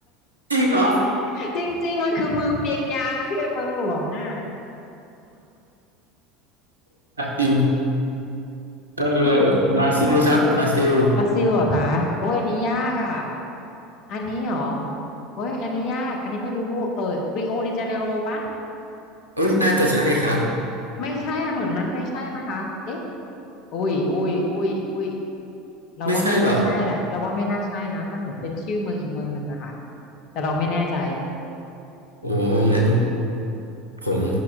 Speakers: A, on the right; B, on the left.
A: จริงเหรอ
B: <laughs> จริงๆมันคือเมืองเปียงยางที่เป็นเมืองหลวงอ่ะ
A: จริงเออบราซิลครับบราซิล
B: คุณพงคุณพงษ์บราซิลเหรอะคะโอ้ยอันนี้ยากอ่ะอันนี้เหรอโอ้ยอันนี้ยากอันนี้ไม่รู้เออริโอเดจาเนโรปะ
A: เอ้ยน่าจะใช่ครับ
B: ไม่ใช่นะเหมือนมันไม่ใช่นะคะเอ๊ะ อุ้ยอุ้ยอุ้ยอุ้ยเราว่าไม่น่าใช่แหละเราว่าไม่น่าใช่นะมันเหมือนเป็นชื่อเมืองอีกเมืองหนึ่งอะค่ะ
A: ไม่ใช่เหรอ
B: แต่เราไม่แน่ใจ
A: โอ้งั้นผม